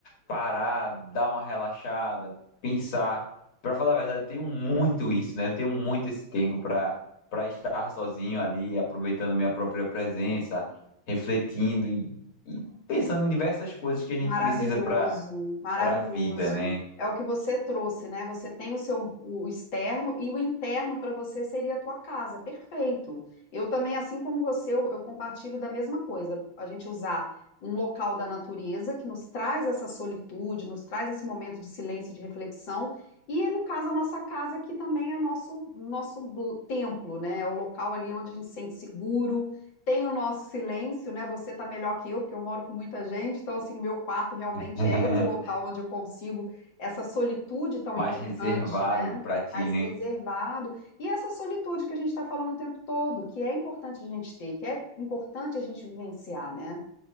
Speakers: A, on the left (about 85°); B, on the left (about 65°).
A: parar, dar uma relaxada, pensar. Para falar a verdade, eu tenho muito isso, né? Eu tenho muito esse tempo para para estar sozinho ali, aproveitando minha própria presença, refletindo e, e pensando em diversas coisas que a gente
B: Maravilhoso,
A: precisa para
B: maravilhoso.
A: para a vida, né?
B: É o que você trouxe, né? Você tem o seu o externo e o interno para você seria a tua casa. Perfeito. Eu também, assim como você, eu, eu compartilho da mesma coisa. A gente usar um local da natureza que nos traz essa solitude, nos traz esse momento de silêncio, e de reflexão. E, no caso, a nossa casa, que também é o nosso nosso templo, né? É o local ali onde a gente se sente seguro, tem o nosso silêncio, né? Você tá melhor que eu, porque eu moro com muita gente, então assim, o meu quarto realmente
A: <laughs>
B: é esse local onde eu consigo essa solitude tão
A: Mais
B: importante,
A: reservado
B: né?
A: para ti,
B: Mais
A: né?
B: reservado. E essa solitude que a gente está falando o tempo todo, que é importante a gente ter, que é importante a gente vivenciar, né?